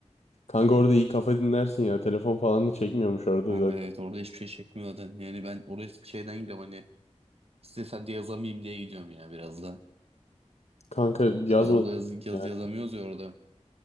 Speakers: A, on the left; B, on the right.
A: Kanka orada iyi kafa dinlersin ya. Telefon falan da çekmiyormuş orada
B: Kanka
A: zaten.
B: evet orada hiçbir şey çekmiyor zaten. Yani ben oraya şeyden gideceğim hani. İstesem de yazamayayım diye gidiyorum ya biraz da.
A: Kanka
B: İşte
A: yazma
B: orada yazı, yazı
A: ya.
B: yazamıyoruz ya orada.